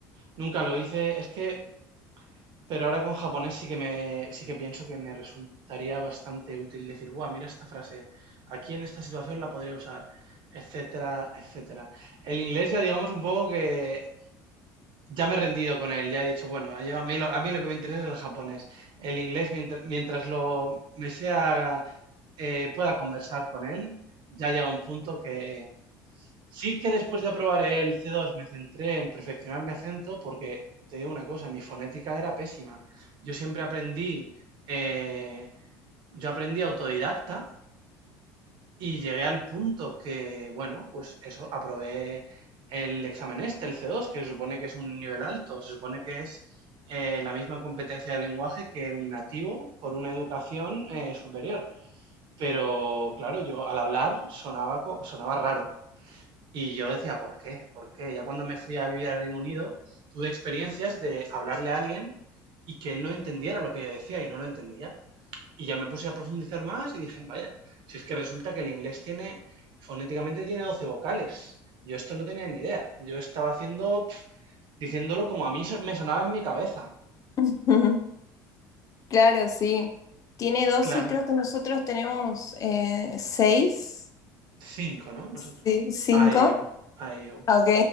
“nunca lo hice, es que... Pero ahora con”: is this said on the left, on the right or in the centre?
Right